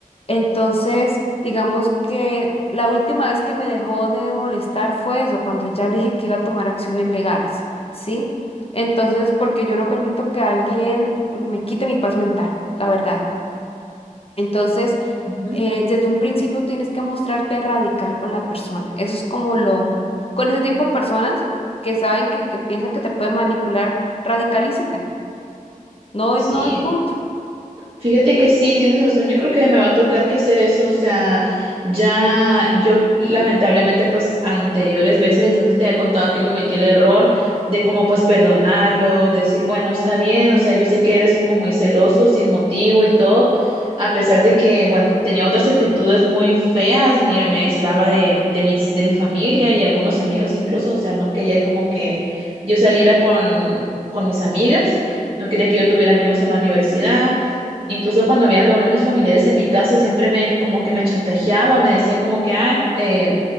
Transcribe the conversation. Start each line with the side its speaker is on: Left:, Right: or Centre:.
Left: Entonces, digamos que la última vez que me dejó de molestar fue eso, cuando ya le dije que iba a tomar acciones legales, ¿sí? Entonces, porque yo no permito que alguien me quite mi paz mental, la verdad. Entonces,
Right: Ujú.
Left: eh, desde un principio tienes que mostrarte radical con la persona. Eso es como lo, m- con ese tipo de personas que saben que, que piensan que te pueden manipular, radicalízate. No es
Right: Sí,
Left: no y punto.
Right: Fíjate que sí, tienes razón. Yo creo que me va a tocar que hacer eso. O sea, ya yo lamentablemente, pues anteriores veces, no sé, te había contado que cometí el error de como pues perdonarlo, decir, bueno, está bien. O sea, yo sé que eres como muy celoso, sin motivo y todo. A pesar de que, bueno, tenía otras actitudes muy feas. Mira, me aislaba de, de mis, de mi familia y algunos amigos incluso. O sea, no quería como que yo saliera con, con mis amigas. No quería que yo tuviera amigos en la universidad Incluso cuando había reuniones familiares en mi casa, siempre me como que me chantajeaba, me decía como que, ah, eh,